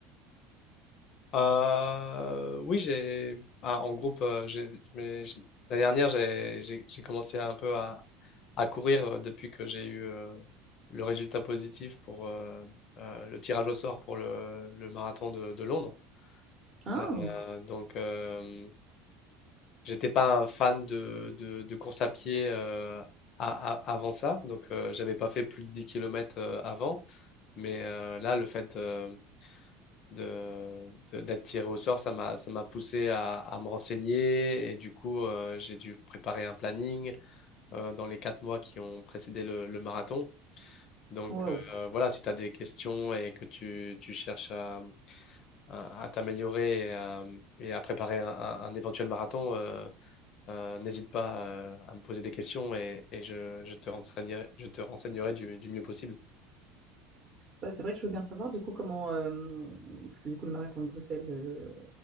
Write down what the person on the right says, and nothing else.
Ah,
wow.
Bah, c'est vrai que je veux bien savoir du coup comment, euh, parce que du coup le marathon de Bruxelles, euh,